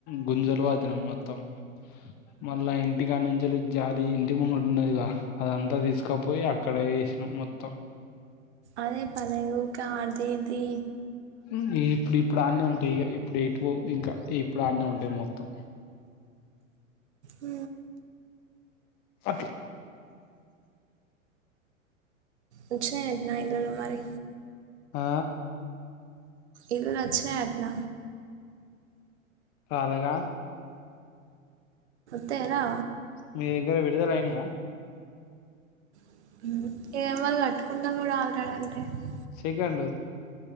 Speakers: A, on the left; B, on the right.
A: గుంజలు వతినం మొత్తం మళ్ళా ఇంటి కానించేలీ జాలి ఇంటి ముంగడున్నది గ అదంతా తీసుకపోయి అక్కడ ఏ చ్చినం మొత్తం
B: అదే పన ఊకె అడిది ఇడిది
A: మ్ ఇప్పుడు ఇప్పుడు అన్నే ఉంటాయి ఇగా ఇప్ ఇంకా ఇప్పుడు ఆడ్నే ఉంటాయి మొత్తం
B: ఆ
A: అట్లా
B: వచ్చినాయట్నా <unintelligible> మరి
A: ఆ
B: ఇల్లులు వచ్చినయట్న
A: రాలేగా
B: తెరా
A: మీ దగ్గర విడుదల అయినాయా
B: <inaudible>
A: సెకండు